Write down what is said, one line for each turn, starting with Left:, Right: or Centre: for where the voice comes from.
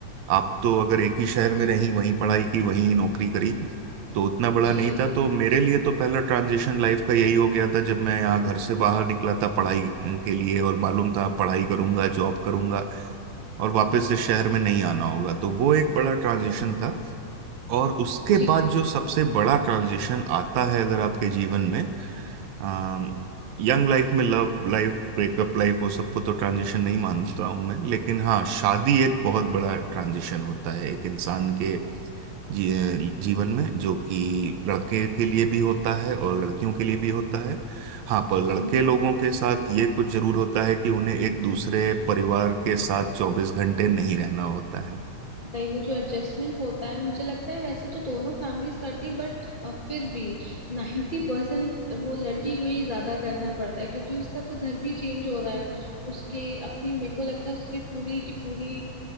Right: आप तो अगर एक ही शहर में रहीं वहीं पढ़ाई की वहीं नौकरी करी तो उतना बड़ा
Left: जी
Right: नहीं था तो मेरे लिए तो पहला ट्रांजिशन लाइफ का यही हो गया था जब मैं यहाँ घर से बाहर निकला था पढ़ाई के लिए और मालूम था पढ़ाई करूंगा जॉब करूंगा और वापस से शहर में नहीं आना होगा तो वो एक बड़ा ट्रांजिशन था और उसके
Left: जी
Right: बाद जो
Left: जी
Right: सबसे बड़ा ट्रांजिशन आता है अगर आपके जीवन में अम, यंग लाइफ में लव लाइफ ब्रेकअप लाइफ वो सबको तो ट्रांजिशन नहीं मानता हूं मैं लेकिन हाँ शादी एक बहुत बड़ा ट्रांजिशन होता है एक इंसान के जी अ, जीवन में जो कि लड़के के लिए भी होता है और लड़कियों के लिए भी होता है हाँ पर लड़के
Left: हम्म
Right: लोगों के साथ ये कुछ जरूर होता है कि उन्हें एक दूसरे परिवार के साथ चौबीस घंटे नहीं रहना होता है
Left: भाई वो जो एडजस्टमेंट होता है मुझे लगता है वैसे तो दोनों फैमिलीज करती है बट फिर भी नाइन्टी परसेंट वो लड़की को ही ज्यादा करना पड़ता है क्योंकि उसका तो घर भी चेंज हो रहा है उसके अपनी मेरे को लगता है उसकी पूरी की पूरी